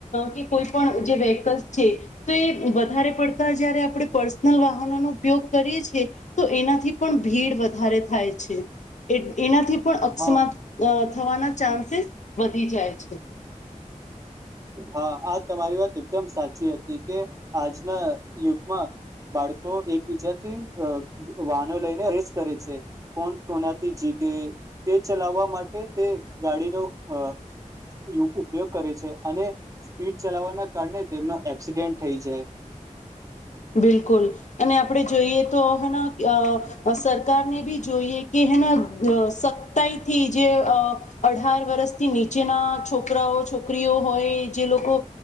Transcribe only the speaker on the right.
હા
હા આ તમારી વાત એકદમ સાચી હતી કે આજના યુગમાં બાળકો એકબીજાથી વાનો લઈને રેસ કરે છે કોણ કોનાથી જીત તે તે ચલાવવા માટે તે ગાડીનો અ <unintelligible> એવું ઉપયોગ કરે છે. અને સ્પીડ ચલાવવાના કારણે તેમનો એક્સિડેન્ટ થઈ જાય